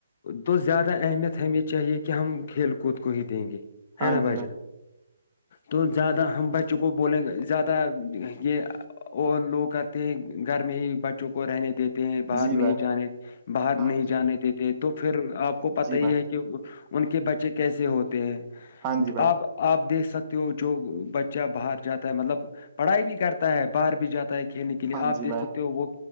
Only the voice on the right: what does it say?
ہاں
جی بھائی
جی
بھائی
ہاں
جی
بھائی
جی
بھائی
ہاں جی بھائی
ہاں
جی
بھائی